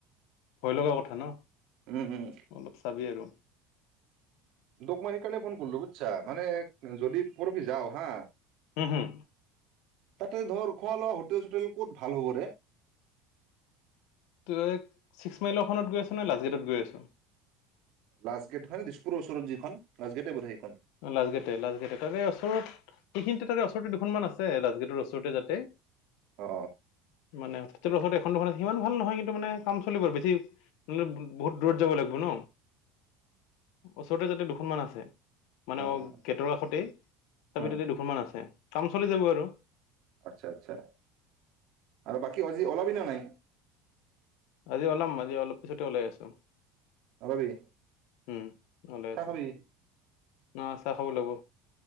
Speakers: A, on the left; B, on the right.
A: ভয় লগা কথা ন?
B: উম উম
A: অললপ চাবি আৰু। <inaudible>
B: তোক মই সেই কাৰণে ফোন লো বুজছা? মানে--যদি পৰহি যাও হা?
A: হম হম
B: তাতে ধৰ খ লোৱা হোটেল চোটেল ক'ত ভাল হ'ব?
A: তই ছিক্স মাইলৰখনত গৈ আছ ন লাজগেটত গৈ আছো?
B: লাষ্টগেট মানে দিছপুৰৰ ওচৰত যিখন লাষ্ট গেটে বুধ হয় সেইখন
A: লাজগেটে-লাজগেট তাৰে এই ওচৰত সেইখিনিতে তাতে ওচৰতে দুখনমান আছে। লাষ্টগেটৰ ওচৰতে যাতে
B: অ
A: মানে হস্পিটেলৰ ওচৰত এখন দুখন আছে ইিমান ভাল নহয় কিন্তু মানে কাম চলিব বেছি মান বহুত দূৰত যাব লাগিব ন? ওচৰতে যদি দুখনমানান আছে। মানে
B: উম
A: অ
B: উম
A: গেটৰ কাষতেই তাৰপি
B: উম
A: ততে দুখনমান আছে কাম চলি যাব আৰু?
B: আচ্ছা আচ্ছা আৰু বাকী আজি ওলাবি না নাই?
A: মাজি ওলাম মাজি ওলপ পিছতে ওলাই আছো।
B: ওলাবি?
A: উম ভালে
B: চাহ
A: আছো৷
B: খাবি
A: খাব ও লাগিব